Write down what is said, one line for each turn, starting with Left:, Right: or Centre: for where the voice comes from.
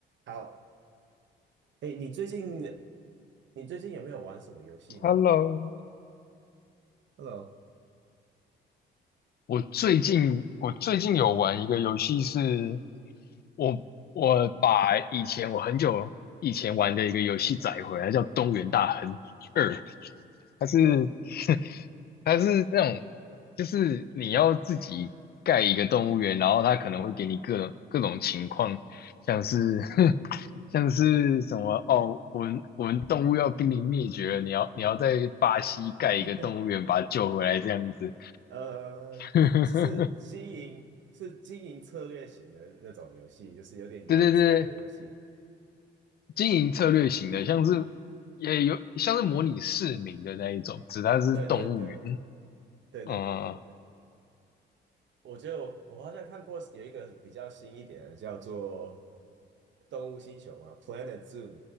Right: 好，哎，你最近你最近有没有玩什么游戏呢？
Left: Hello，
Right: Hello，
Left: 我最近我最近有玩一个游戏是，我我把以前我很久以前玩的一个游戏载回来，叫《东原大亨二》，它是
Right: 哦，
Left: <laughs> 它是那种就是你要自己盖一个动物园，然后它可能会给你各种各种情况，像是 <laughs> 像是什么哦，我们我们动物要濒临灭绝了，你要你要在巴西盖一个动物园把它救回来这样子。
Right: <laughs> 呃，
Left: <laughs>
Right: 就是经营是经营策略型的那种游戏，就是有点养成的游戏。
Left: 对对对，经营策略型的，像是也有像是模拟市民的那一种，只它是动物园。
Right: 对对对对对对对对，
Left: 嗯
Right: 我觉得我我好像看过有一个比较新一点的，叫做《动物星球》嘛，《Planet Zoo》。